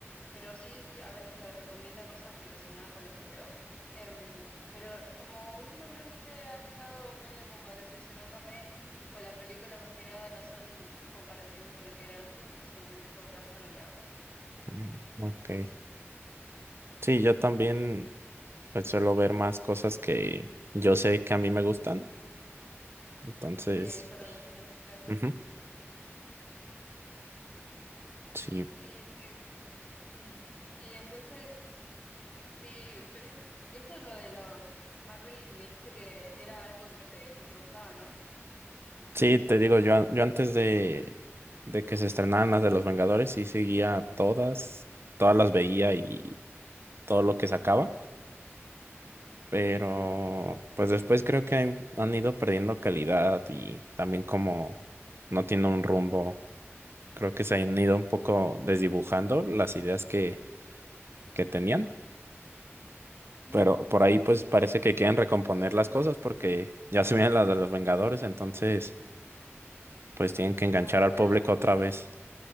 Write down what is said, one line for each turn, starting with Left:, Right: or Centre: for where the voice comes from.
Left: pero sí a veces me recomienda cosas relacionadas con lo que veo. Em, pero como últimamente ha estado medio como decepcionándome, <laughs> o las películas más que nada no son comparación con lo que era antes, entonces mucho caso no le hago.
Right: Mm,
Left: Así
Right: Ok. Sí, yo también pues, suelo ver más cosas que yo sé que a mí me gustan. Entonces,
Left: que se relacionan, claro.
Right: ujú, sí.
Left: Y, <laughs> y entonces Sí, ves, esto lo de los Marvel me dijiste que era algo que te, que te gustaba, ¿no?
Right: Sí, te digo, yo, a- yo antes de, de que se estrenaran las de los Vengadores, sí seguía todas, todas las veía y todo lo que sacaba. Pero
Left: Ujú,
Right: pues después creo que han, han ido perdiendo calidad y también como no tiene un rumbo, creo que se han ido un poco desdibujando las ideas que, que tenían.
Left: ujú.
Right: Pero por ahí pues parece que quieren recomponer las cosas porque ya se vienen las de los Vengadores, entonces pues tienen que enganchar
Left: Como que se
Right: al
Left: quedan
Right: público otra vez.